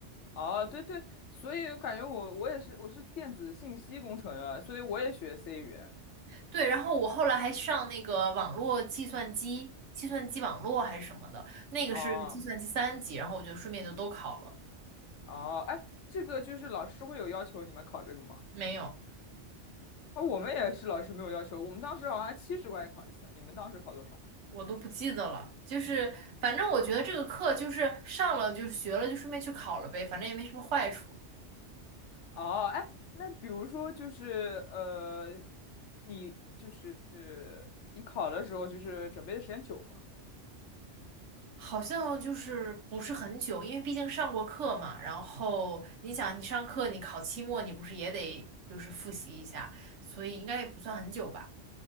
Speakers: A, on the left; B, on the right.
A: 哦，对对，所以我感觉我我也是我是电子信息工程的，所以我也学 C 语言。
B: 对，然后我后来还上那个网络计算机，计算机网络还是什么的，那个是计算机三级，
A: 哦
B: 然后我就顺便就都考了，
A: 哦，哎，这个就是老师会有要求你们考这个吗？
B: 没有，
A: 啊、我们也是老师没有要求，我们当时好像七十块钱考一次，你们当时考多少
B: 我都不记得了，就是反正我觉得这个课就是上了就是学了就顺便去考了呗，反正也没什么坏处，
A: 啊？哦，哎，那比如说就是呃，你就是你考的时候就是准备的时间久吗？
B: 好像就是不是很久，因为毕竟上过课嘛，然后你想你上课你考期末你不是也得就是复习一下，所以应该也不算很久吧？